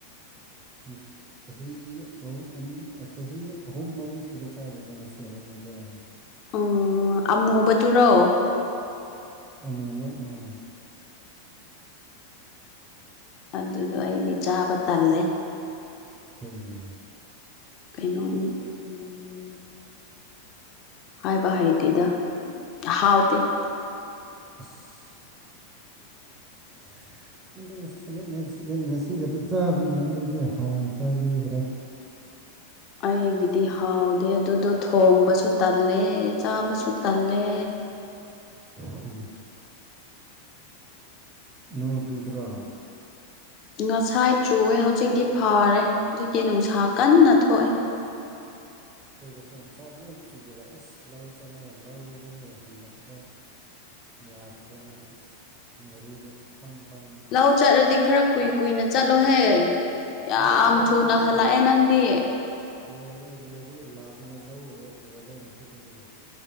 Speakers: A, on the right; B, on the left.
A: ꯈꯨꯁ ꯆꯍꯤꯨꯝ ꯆꯍꯤ ꯑꯍꯨꯝ ꯃꯔꯤ ꯁꯨꯔꯦ ꯆꯥꯗꯕ ꯉꯁꯤꯒꯗ ꯑꯃꯨꯛ ꯆꯥꯦ
B: ꯎꯝ ꯑꯃꯨꯕꯗꯨꯔꯣ
A: ꯑꯃꯨꯕ ꯎꯥ
B: ꯑꯗꯨꯗꯣ ꯑꯩꯗꯤ ꯆꯥꯕ ꯇꯜꯂꯦ
A: ꯀꯩꯒꯤ
B: ꯀꯩꯅꯣ ꯎꯝ ꯍꯥꯏꯕ ꯍꯩꯇꯦꯗ ꯍꯥꯎꯇꯦ
A: ꯑꯁ <unintelligible> ꯈꯟꯗ ꯉꯁꯤ ꯈꯟꯗ ꯉꯁꯤꯈ ꯉꯁꯤ ꯈꯛꯇ ꯆꯥꯕꯅꯤꯅ ꯑꯩꯗꯤ ꯍꯥꯟꯅ ꯆꯥꯕꯤꯈ꯭ꯔꯦ
B: ꯑꯩꯒꯤꯗꯤ ꯍꯥꯎꯗꯦ ꯑꯗꯨꯗꯣ ꯊꯣꯡꯕꯁꯨ ꯇꯜꯂꯦ ꯆꯥꯕꯁꯨ ꯇꯜꯂꯦ
A: ꯎꯝ ꯅꯣꯡꯖꯨꯗ꯭ꯔꯥ
B: ꯉꯁꯥꯏ ꯆꯨꯑꯦ ꯍꯧꯖꯤꯛꯇꯤ ꯐꯥꯔꯦ ꯍꯧꯖꯤꯛꯇꯤ ꯅꯨꯡꯁꯥ ꯀꯟꯅ ꯊꯣꯛꯑꯦ
A: ꯑꯩꯈꯣꯏꯗꯁꯨ ꯉꯁꯥ ꯐꯖꯅ ꯆꯨꯨꯔ ꯑꯁ ꯂꯧ ꯆꯠꯂꯒ ꯂꯧꯗꯒꯤ ꯍꯜꯂꯛꯄꯗ ꯌꯥꯗꯗꯅ ꯑꯁ ꯒꯥꯔꯤꯗ ꯐꯝ ꯐꯝ
B: ꯂꯧ ꯆꯠꯂꯗꯤ ꯈꯔ ꯀꯨꯏ ꯀꯨꯏꯅ ꯆꯠꯂꯣꯍꯦ ꯑꯩ ꯌꯥꯝ
A: ꯂꯣꯏꯔꯦ ꯑꯩꯈꯣꯏꯗꯤ
B: ꯊꯨꯅ ꯍꯜꯂꯛꯑꯦ ꯅꯪꯗꯤ
A: ꯂꯣꯏꯔꯦ ꯂꯣꯏꯕꯒꯤ ꯂꯥꯛꯄꯅꯦ ꯂꯧ ꯂꯣꯏꯔꯦ ꯉꯁꯤꯗꯒꯤ